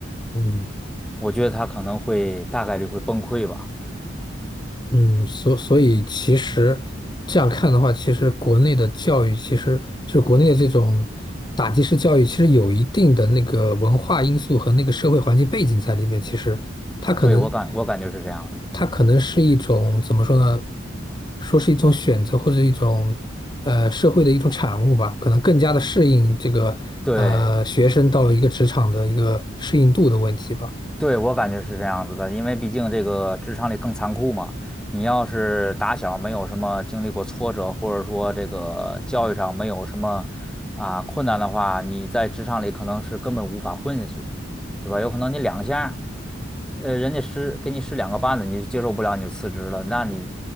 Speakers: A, on the left; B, in the centre.
A: 嗯。
B: 我觉得他可能会大概率会崩溃吧。
A: 嗯，所所以其实这样看的话，其实国内的教育，其实就是国内的这种打击式教育，其实有一定的那个文化因素和那个社会环境背景在里面。其实它可能，
B: 对，我感我感觉是这样子的。
A: 它可能是一种怎么说呢？说是一种选择或者一种呃社会的一种产物吧，可能更加的适应这个呃学生到一个职场的一个适应度的问题吧。
B: 对。对，我感觉是这样子的，因为毕竟这个职场里更残酷嘛。你要是打小没有什么经历过挫折，或者说这个教育上没有什么啊困难的话，你在职场里可能是根本无法混下去的，对吧？有可能你两下，呃，人家施给你施两个绊子，你就接受不了，你就辞职了，那你